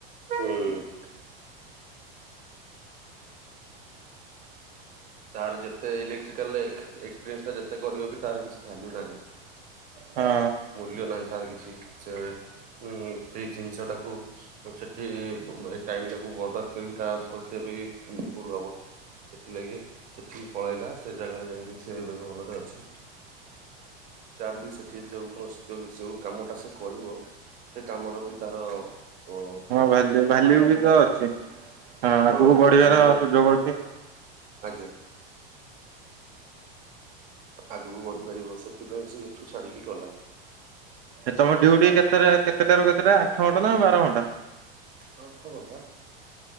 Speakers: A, on the right; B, on the right.
A: ହୁଁ। ତାର ଯେତେ ଇଲେକ୍ଟ୍ରିକାଲ୍ ଏ ଏକ୍ସପିରିଏନ୍ସ ଟା ଯେତେ କରିବ ବି ତାର କିଛି ଭ୍ୟାଲ୍ୟୁ ନାହିଁ।
B: ହଁ
A: ମୂଲ୍ୟ ନାହିଁ ତାର କିଛି ସେ ପୁଣି ସେଇ ଜିନିଷ ଟାକୁ ସେଠି ଏ ଟାଇମ୍ ଟାକୁ ବର୍ବାଦ କରିକି ତା ପକ୍ଷେ ବି ଭୁଲ୍ ହବ। ସେଥିଲାଗି ସେଠିକି ପଳେଇଲା ସେ ଜାଗାରେ ଯାଇଁକି ସେ ଏବେ ଭଲରେ ଅଛି। ତାର ବି ସେଠି ଯୋଉ ଯ ଯୋଉ କାମଟା ସେ କରିବ। ସେ କାମର ବି ତାର ଓ
B: ଭାଲୁ ଭାଲ୍ୟୁ
A: ଆଗକୁ
B: ବି ତ ଅଛି ହଁ ଆଗକୁ
A: ହଁ
B: ବଢିବାର
A: ଭାଲ୍ୟୁ
B: ସୁଯୋଗ ଅଛି।
A: ଆଜ୍ଞା। ଆଗକୁ ବଢି ପାରିବ ସେଥିପାଇଁ ସେ ଏଠୁ ଛାଡିକି ଗଲା।
B: ଏ ତମ ଡୁଉଟି କେତଟା କେତେଟାରୁ କେତେଟା ଆଠ ଘଣ୍ଟା ନା ବାର ଘଣ୍ଟା?
A: ହଁ ଆଠ ଘଣ୍ଟା।